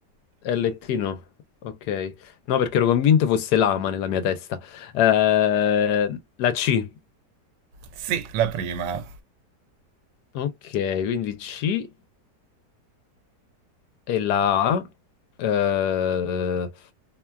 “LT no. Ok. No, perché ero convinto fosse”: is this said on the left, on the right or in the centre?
Left